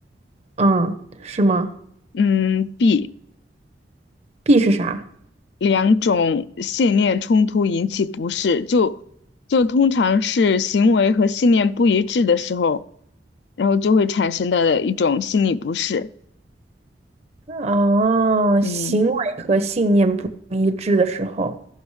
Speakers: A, on the right (about 35°); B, on the left (about 65°).
A: 嗯，是吗
B: 嗯，B，
A: ？B 是啥？
B: 两种信念冲突引起不适，就就通常是行为和信念不一致的时候，然后就会产生的一种心理不适。
A: 哦，
B: 嗯
A: 行为和信念不一致的时候。